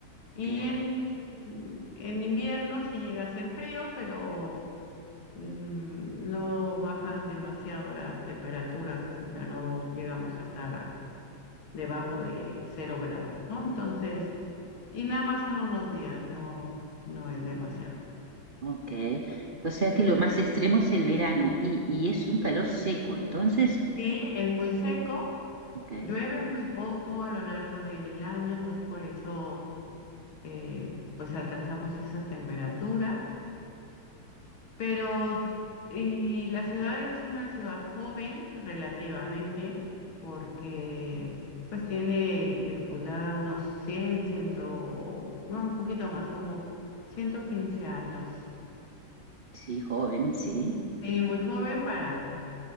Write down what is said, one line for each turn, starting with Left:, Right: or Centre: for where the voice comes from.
Left: Y
Right: Claro,
Left: en, en invierno sí llega a ser frío, pero mm, no bajan demasiado las temperaturas, o sea, no llegamos a estar a- debajo de cero grados, ¿no? Entonces, y nada más son unos días, no, no es demasiado.
Right: ok. O sea que lo más extremo es el verano y, y es un calor seco, entonces,
Left: Sí, es muy seco,
Right: ok,
Left: llueve muy poco a lo largo del año, entonces por eso eh, pues alcanzamos esas temperaturas. Pero y la ciudad es una ciudad joven relativamente porque pues tiene de fundada unos 100 100, no, un poquito más, como 115 años.
Right: sí, joven, sí,
Left: Sí, muy joven para